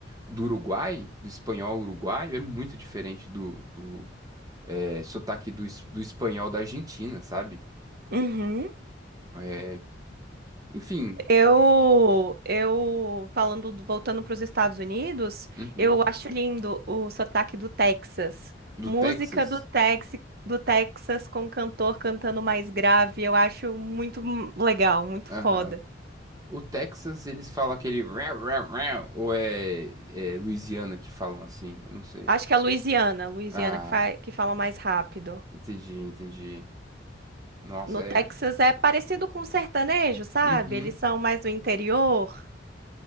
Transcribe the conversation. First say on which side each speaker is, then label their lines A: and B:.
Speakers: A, on the right; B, on the right.
A: do Uruguai, do espanhol uruguaio, é muito diferente do, do é, sotaque do, es- do espanhol da Argentina, sabe?
B: Uhum.
A: É, enfim,
B: Eu, eu falando, do- voltando para os Estados Unidos,
A: uhum.
B: eu acho lindo o sotaque do Texas.
A: Do
B: Música
A: Texas.
B: do Texas, do Texas com cantor cantando mais grave, eu acho muito hum, legal, muito
A: Aham.
B: foda.
A: O Texas, eles falam aquele rau, rau, rau, ou é, é Louisiana que falam assim? Eu não sei.
B: Acho que é Louisiana, Louisiana
A: Ah,
B: que, fa- que fala mais rápido.
A: entendi, entendi. Nossa,
B: No
A: é.
B: Texas é parecido com sertanejo, sabe?
A: Uhum.
B: Eles são mais do interior.